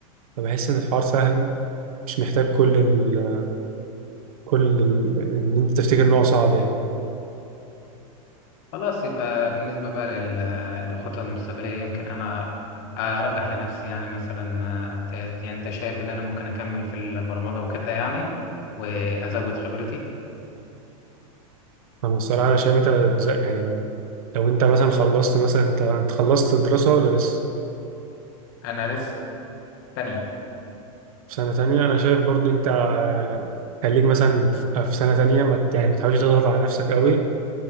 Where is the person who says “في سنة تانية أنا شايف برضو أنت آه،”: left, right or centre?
Right